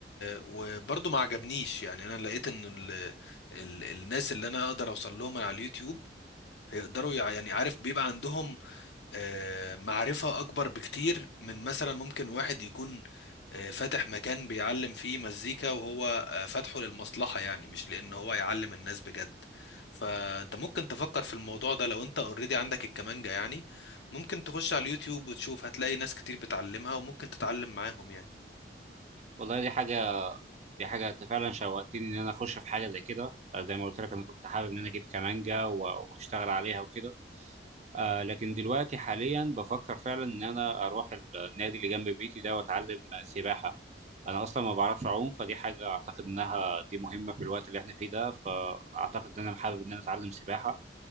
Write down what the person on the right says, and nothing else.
والله دي حاجة دي حاجة انت فعلا شوقتني ان انا اخش في حاجة زي كده آه، زي ما قلت لك انا كنت حابب ان انا اجيب كمانجا و- واشتغل عليها وكده آه لكن دلوقتي حاليا بفكر فعلا ان انا اروح النادي اللي جنب بيتي ده واتعلم سباحة انا اصلا ما بعرفش اعوم فدي حاجة اعتقد انها دي مهمة في الوقت اللي احنا فيه ده فاعتقد ان انا حابب ان انا اتعلم سباحة